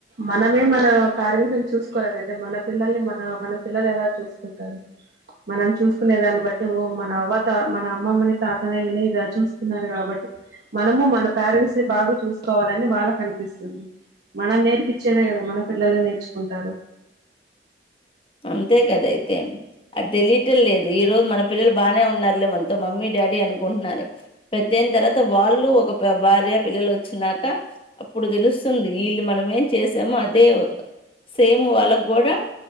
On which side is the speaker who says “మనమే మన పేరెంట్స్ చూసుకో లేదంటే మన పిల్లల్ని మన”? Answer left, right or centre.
Right